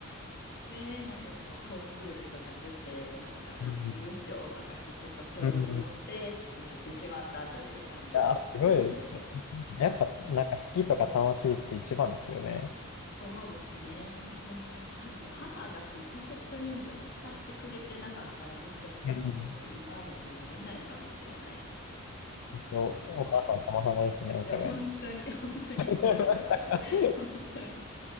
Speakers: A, on the left; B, on the left.
A: で、なんかこう、コンクールとか出て、なんか優勝とかして、
B: うん。
A: ちょっと調子乗って続けてしまったという感じですね。
B: うんいや、すごいです。
A: <laughs>
B: やっぱ、なんか好きとか楽しいって一番ですよね。
A: そうですね、本当に。多分もう母がそのパペット人形を使ってくれてなかったら、もしかしたらもう今の自分はいないかもしれないですね。
B: うん。本当お母さん様々ですね、
A: うん。い
B: お互いに。
A: や、本当に、<laughs> 本当にそうです。
B: <laughs>
A: <laughs> 本当に。